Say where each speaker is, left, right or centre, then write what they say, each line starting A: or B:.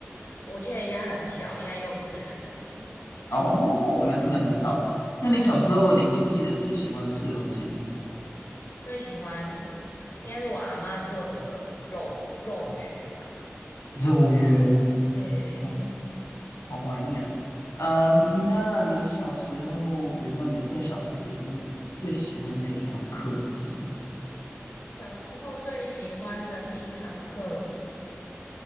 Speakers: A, on the left; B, on the left.
A: 我记得应该很小，应该幼稚园而已。
B: 哦，那真的很小。那你小时候，
A: 对，
B: 你记不记得最喜欢吃的东西是什么？
A: 最喜欢应该是我阿嬷做的肉肉圆吧。
B: 肉圆。
A: 对，
B: 哦，
A: <laughs>
B: 好怀念。嗯，
A: 对，
B: 那你小时候，
A: 嗯，
B: 比如说你在小学的时候，你最喜欢的一堂课是什么？
A: 小时候最喜欢的一堂课。